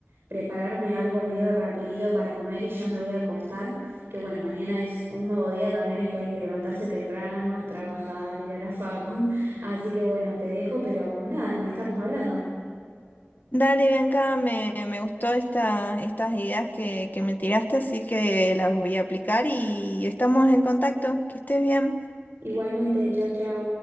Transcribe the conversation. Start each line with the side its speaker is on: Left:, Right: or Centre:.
Right: prepararme algo medio rapidito para comer y ya me voy a acostar, que bueno, mañana es un nuevo día también en que hay que levantarse temprano, trabajar, ir a la facu. <laughs> Así que bueno, te dejo, pero nada, nos estamos hablando.
Left: Dale, Bianca, me, me gustó esta, estas ideas que, que me tiraste, así que las voy a aplicar y estamos en contacto. Que estés bien.
Right: Igualmente, chau, chau.